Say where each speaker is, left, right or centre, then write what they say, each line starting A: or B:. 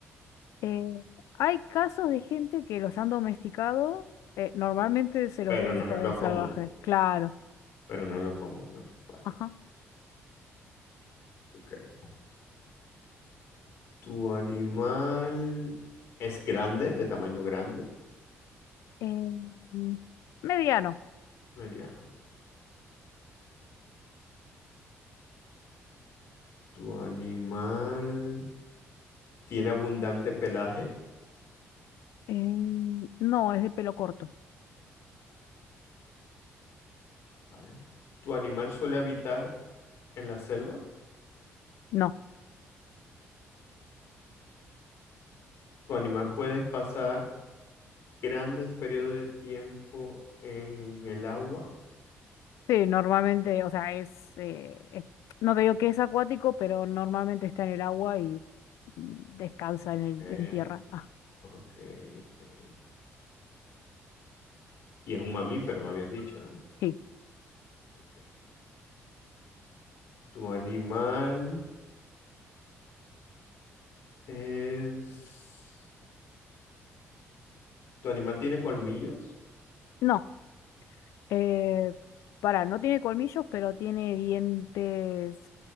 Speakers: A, on the left; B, on the left.
A: Eh, hay casos de gente que los han domesticado, eh, normalmente se los
B: Pero
A: ven en
B: no
A: estado
B: es lo
A: salvaje,
B: común,
A: claro.
B: pero no es lo común, ¿no? Vale,
A: Ajá.
B: ok. ¿Tu animal es grande, de tamaño grande?
A: Em, mediano.
B: Mediano. ¿Tu animal tiene abundante pelaje?
A: Em, no, es de pelo corto.
B: Vale. ¿Tu animal suele habitar en la selva?
A: No.
B: ¿Tu animal puede pasar grandes periodos de tiempo en el agua?
A: Sí, normalmente, o sea, es, eh, es- no te digo que es acuático, pero normalmente está en el agua y mm, descansa en
B: Ok,
A: el, en tierra. Ah,
B: ok, ok. Y es un mamífero, me habías dicho, ¿no?
A: sí.
B: Ok. ¿Tu animal es... ¿Tu animal tiene colmillos?
A: No. Eh, pará, no tiene colmillos, pero tiene dientes